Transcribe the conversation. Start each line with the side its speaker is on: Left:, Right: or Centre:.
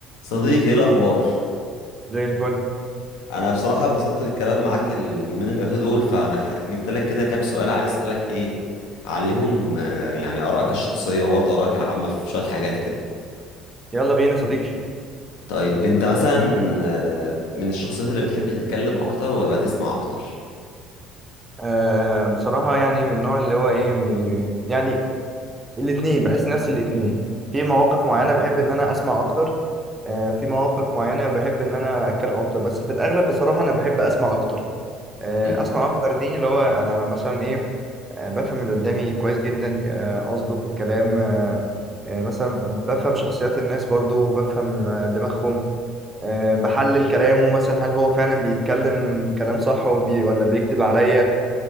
Left: صديقي ايه الاخبار
Right: زي الفل
Left: انا بصراحه اتبسطت بالكلام معاك اليومين اللي فاتوا دول فانا ح- جبت لك كده كام سؤال عايز اسالك ايه عليهم آه، يعني ارائك الشخصيه وبرضه ارائك العامه في شويه حاجات كده
Right: يلا بينا يا صديقي
Left: طيب انت مثلا آه، من الشخصيات اللي بتحب تتكلم اكتر ولا تسمع اكتر
Right: آه بصراحة يعني من النوع اللي هو ايه بي يعني الاتنين بحس نفس الاتنين في مواقف معينة بحب ان انا اسمع اكتر آه في مواقف معينة بحب ان انا اتكلم اكتر بس في الاغلب بصراحة انا بحب اسمع اكتر آه
Left: مم،
Right: اسمع اكتر دي اللي هو انا مثلا ايه آه بفهم اللي قدامي كويس جدا آه، قصده في الكلام آه آه، مثلا بفهم شخصيات الناس برضو بفهم آه، دماغهم آه، بحلل كلامه مثلا هل هو فعلا بيتكلم كلام صح وبي ولا بيكذب عليا